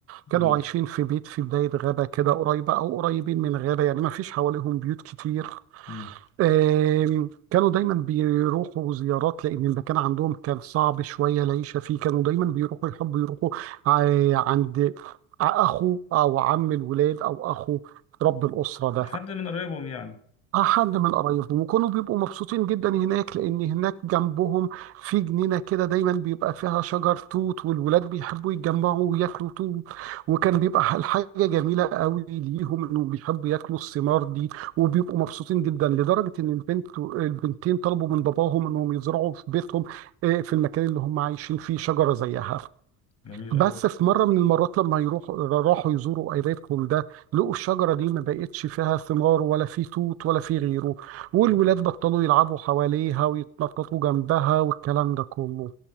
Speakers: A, on the left (about 40°); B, on the right (about 40°).
A: مم.
B: كانوا عايشين في بيت في بداية غابة كده قريبة أو قريبين من غابة يعني ما فيش حواليهم بيوت كتير
A: مم.
B: آم، كانوا دايما بيروحوا زيارات لأن المكان عندهم كان صعب شوية العيشة فيه كانوا دايما بيروحوا يحبوا يروحوا ع- عند أخو أو عم الولاد أو أخو رب الأسرة ده
A: حد من قرايبهم يعني
B: اه حد من قرايبهم وكانوا بيبقوا مبسوطين جدا هناك لان هناك جنبهم في جنينه كده دايما بيبقى فيها شجر توت والولاد بيحبوا يتجمعوا وياكلوا توت وكان بيبقى الحاجه جميله قوي ليهم انهم بيحبوا ياكلوا الثمار دي وبيبقوا مبسوطين جدا لدرجه ان البنت البنتين طلبوا من باباهم انهم يزرعوا في بيتهم آه، في المكان اللي هم عايشين فيه شجره زيها
A: جميل
B: بس
A: أوي
B: في مرة من المرات لما يروحوا راحوا يزوروا قريبهم ده لقوا الشجرة دي ما بقتش فيها ثمار ولا في توت ولا في غيره والولاد
A: مم.
B: بطلوا يلعبوا حواليها ويتنططوا جنبها والكلام ده كله